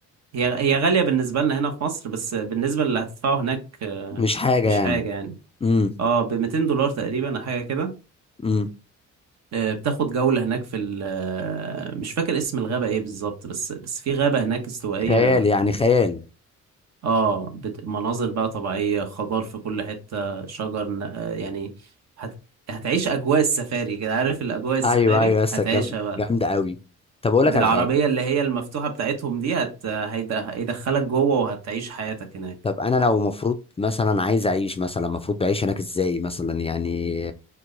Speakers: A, on the right; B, on the left.
A: هي هي غالية بالنسبة لنا هنا في مصر بس بالنسبة للي هتدفعه هناك آه،
B: مش حاجه
A: مش
B: يعني
A: حاجة يعني
B: امم
A: اه ب 200 دولار تقريبا أو حاجة كده
B: امم
A: آه، بتاخد جولة هناك في ال آه، مش فاكر اسم الغابة ايه بالظبط بس بس في غابة هناك استوائية
B: خيال يعني خيال
A: اه بت... مناظر بقى طبيعية خضار في كل حتة شجر ن- آه، يعني هت... هتعيش أجواء السفاري كده عارف الأجواء السفاري
B: ايوه ايوه لسه
A: هتعيشها
B: جام-
A: بقى
B: جامده قوي طب اقول
A: بالعربية
B: لك على حاجه
A: اللي هي المفتوحة بتاعتهم دي هت... هيد... هيدخلك جوه وهتعيش حياتك هناك
B: طب انا لو مفروض مثلا عايز اعيش مثلا مفروض بعيش هناك ازاي مثلا يعني